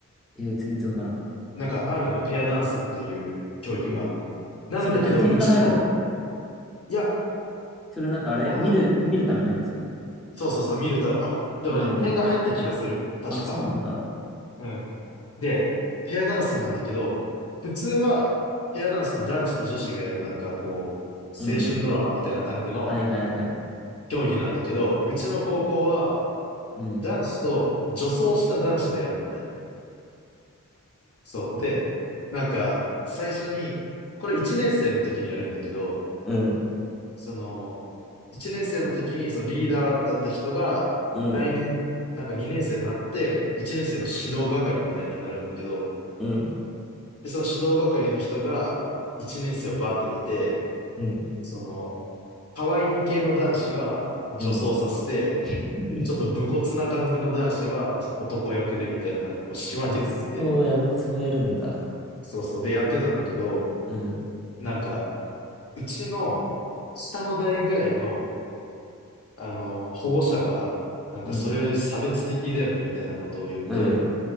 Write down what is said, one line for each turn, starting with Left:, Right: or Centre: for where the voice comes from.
Centre: ええ全然わからん。
Left: なんかあるのよ、ペアダンスっていう競技が。
Centre: えー、
Left: なんだけど、
Centre: それ何点が入るの
Left: うちの、いや
Centre: それなんかあれ見る、
Left: あ、
Centre: 見るためのやつ
Left: そうそうそう、見るた、あ、でもね、
Centre: うん。
Left: 点が入った気がする。確か。
Centre: あ、そうなんだ。
Left: うん。で、ペアダンスなんだけど、普通は、ペアダンスって男子と女子がやるなんかこう、
Centre: うん。
Left: 青春ドラマみたいな感じの
Centre: はいはいはい。
Left: 競技なんだけど、うちの高校は、
Centre: うん。
Left: 男子と女装した男子でやるのね。そう。で、なんか、最初に、これ1年生の時にやるんだけど、
Centre: うん、
Left: その、1年生の時にそのリーダーだった人が、
Centre: うん、
Left: 来年、なんか2年生になって、1年生の指導係みたいになるんだけど、
Centre: うん、
Left: で、その指導係の人が、1年生をバーって見て、
Centre: うん、
Left: その、可愛い系の男子は女装させて、
Centre: うん。<laughs>
Left: ちょっと武骨な感じの男子は、その男役でみたいな感じでこう仕分けてって、
Centre: あ、そうや、そうやるんだ。
Left: そうそう、でやってたんだけど、
Centre: うん、
Left: なんか、うちの下の代ぐらいのあの、保護者が、なんかそれ差別的だよねみたいなことを言って、
Centre: うん、うん、